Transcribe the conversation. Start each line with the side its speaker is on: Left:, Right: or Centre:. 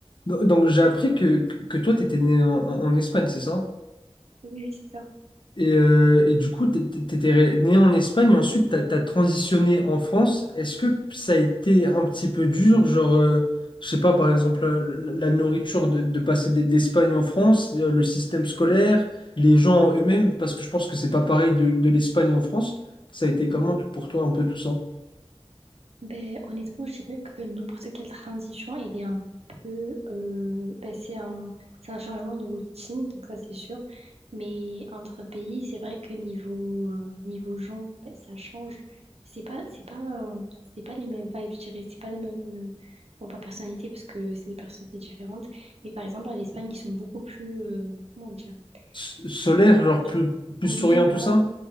Left: Do- Donc j'ai appris que, que toi, t'étais né en, en- en Espagne, c'est ça?
Right: Oui, oui, c'est ça.
Left: Et, euh, et du coup, t'é- t'é- t'étais étais né en Espagne, et ensuite t'as t'as transitionné en France. Est-ce que ça a été un petit peu dur, genre, euh, je sais pas, par exemple, euh, la, la nourriture de, de passer d- d'Espagne en France, euh, le système scolaire, les gens eux-mêmes, parce que je pense que c'est pas pareil de, de l'Espagne en France. Ça a été
Right: Mhm.
Left: comment t- pour toi un peu tout ça?
Right: Ben, honnêtement, je dirais que n'importe quelle transition, elle est un peu... euh, ben, c'est un, c'est un changement de routine, donc ça c'est sûr. Mais entre pays, c'est vrai que niveau, euh, niveau gens, ben, ça change. C'est pas, c'est pas, euh, c'est pas les mêmes vibes, je dirais. C'est pas les mêmes... euh, Bon, pas personnalité, parce que c'est des personnalités différentes. Mais par exemple, en Espagne, ils sont beaucoup plus... euh, comment dire?
Left: S- Solaire,
Right: Ils parlent...
Left: genre plus, plus
Right: Oui,
Left: souriant,
Right: voilà,
Left: tout ça?